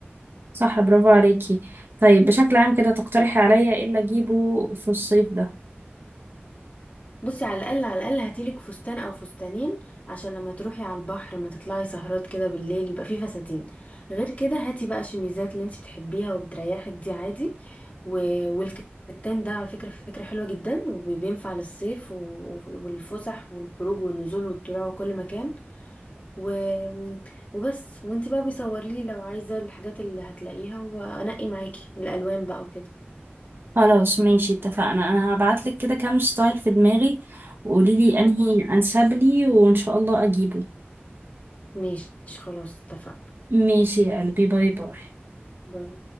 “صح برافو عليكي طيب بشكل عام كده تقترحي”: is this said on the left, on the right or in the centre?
Right